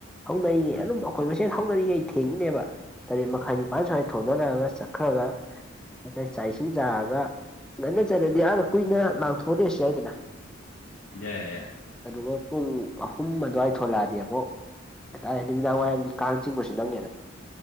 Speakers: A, in the centre; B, on the left (about 80°).
A: ꯍꯧꯅꯩꯉꯦ
B: ꯎꯝ
A: ꯑꯗꯨꯝ ꯑꯩꯈꯣꯏ ꯃꯁꯦꯟ ꯍꯧꯅꯔꯤꯉꯩ ꯊꯦꯡꯉꯤꯅꯦꯕ ꯇꯔꯦꯠ ꯃꯈꯥꯏ ꯅꯤꯄꯥꯥꯟ ꯁ꯭ꯋꯥꯏꯗ ꯊꯧꯅꯔꯛꯑꯒ ꯆꯠꯈ꯭ꯔꯒ ꯉꯁꯥꯏ ꯆꯥꯛ ꯏꯁꯤꯅꯨꯝ ꯆꯥꯑꯒ ꯉꯟꯅ ꯆꯠꯂꯗꯤ ꯑꯥꯗ ꯀꯨꯏꯅ ꯂꯥꯡꯊꯣꯛꯂꯁ ꯍꯥꯏꯗꯅ
B: ꯌꯥꯏ ꯌꯥꯏ
A: ꯑꯗꯨꯒ ꯄꯨꯡ ꯑꯍꯨꯝ ꯑꯗꯨꯋꯥꯏ ꯊꯣꯛꯂꯛꯑꯗꯤ ꯑꯃꯕꯛ ꯍꯥꯏꯇꯥꯔꯦ ꯅꯨꯃꯤꯗꯥꯡ ꯋꯥꯏꯔꯝꯒꯤ ꯀꯥꯡ ꯆꯤꯡꯕꯁꯨ ꯅꯪꯉꯦꯗꯅ